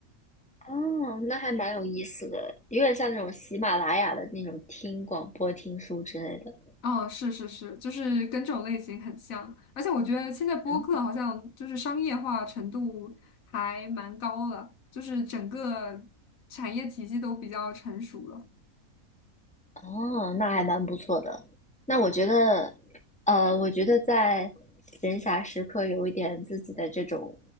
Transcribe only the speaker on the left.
哦，是是是，就是跟这种类型很像，而且我觉得现在播客好像就是商业化程度还蛮高了，
就是整个产业体系都比较成熟了。